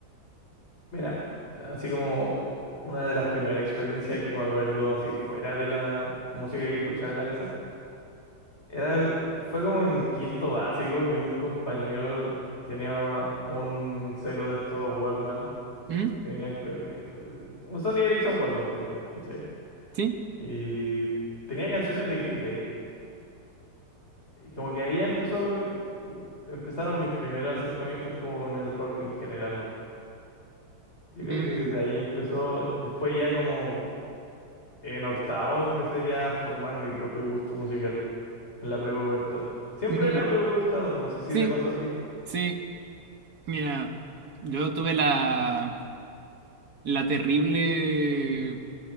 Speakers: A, on the left; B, on the right.
A: mira, así como una de las primeras experiencias que me acuerdo así fuera de la música que escuchaba en la casa. Era, fue como en quinto básico que un compañero tenía un celu de estos Walkman
B: ¿Mm?
A: que venían con, eh, un Sony Ericsson Walkman tenía, ¿cachai?
B: ¿Sí?
A: Y tenía canciones de Green Day. Y como que ahí empezó, mi- empezaron mis primeros acercamientos como con el rock en general, weón. Yo creo
B: Mm,
A: que de ahí empezó, después ya como en octavo empecé ya a formar mi propio gusto musical en la prepubertad. Siempre
B: mm,
A: en la prepubertad, weón, no sé si
B: sí,
A: te pasó a ti.
B: sí. Mira, yo tuve la, la terrible